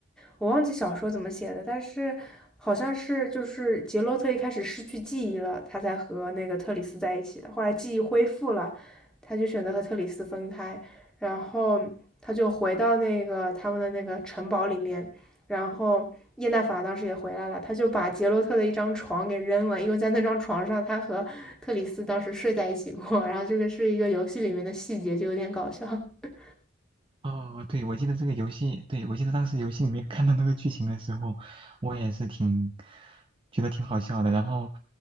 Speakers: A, in the centre; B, on the right.
A: 我忘记小说怎么写的，但是好像是就是杰洛特一开始失去记忆了，他才和那个特里斯在一起的，后来记忆恢复了，他就选择和特里斯分开，然后他就回到那个他们的那个城堡里面。然后叶娜法当时也回来了，他就把杰洛特的一张床给扔了，因为在那张床上他和特里斯当时睡在一起过。然后这个是一个游戏里面的细节，就有点搞笑。<laughs>
B: 哦，对，我记得这个游戏，对，我记得当时游戏里面 <laughs> 看到那个剧情的时候，我也是挺觉得挺好笑的。然后，